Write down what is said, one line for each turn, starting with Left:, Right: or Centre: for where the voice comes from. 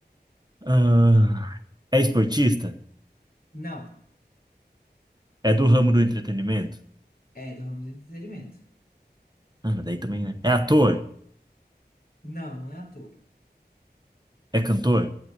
Right: Ah, é esportista?
Left: Não,
Right: É do ramo do entretenimento?
Left: é do ramo do entretenimento.
Right: Ah, mas daí também, né? É ator?
Left: Não, não é ator.
Right: É cantor?